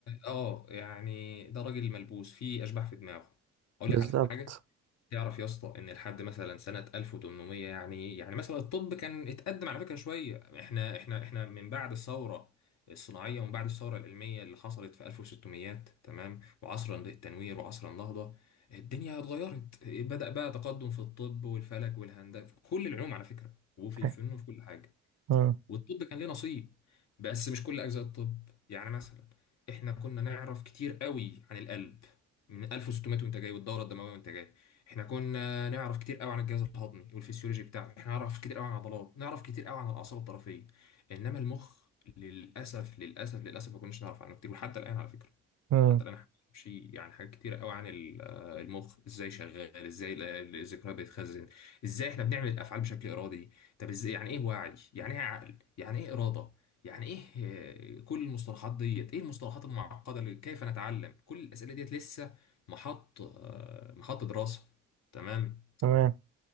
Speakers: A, on the left; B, on the right.
A: آه يعني ده راجل ملبوس فيه أشباح في دماغه أقول
B: بالظبط
A: لك على حاجة تعرف يا اسطى ان لحد مثلا سنه 1800 يعني يعني مثلا الطب كان اتقدم على فكره شويه احنا احنا احنا من بعد الثوره الصناعيه ومن بعد الثوره العلميه اللي حصلت في 1600 تمام وعصر التنوير وعصر النهضه الدنيا اتغيرت بدا بقى تقدم في الطب والفلك والهندسه في كل العلوم على فكره وفي
B: <laughs>
A: الفن وفي كل حاجه
B: مم.
A: والطب كان ليه نصيب بس مش كل اجزاء الطب يعني مثلا احنا كنا نعرف كتير قوي عن القلب من 1600 وانت جاي والدوره الدمويه وانت جاي احنا كنا نعرف كتير قوي عن الجهاز الهضمي والفسيولوجي بتاعه احنا نعرف كتير قوي عن العضلات نعرف كتير قوي عن الاعصاب الطرفيه انما المخ للاسف للاسف للاسف ما كناش نعرف عنه كتير وحتى الان على فكره
B: مم.
A: حتى الان احنا بنمشي يعني حاجات كتيرة قوي عن ال- آه، المخ ازاي شغال ازاي ال- الذكريات بتتخزن ازاي احنا بنعمل الافعال بشكل ارادي طب ازاي يعني ايه وعي يعني ايه عقل يعني ايه اراده يعني ايه آه، كل المصطلحات ديت ايه المصطلحات المعقده اللي كيف نتعلم كل الاسئله ديت لسه محط آه، محط دراسه تمام
B: تمام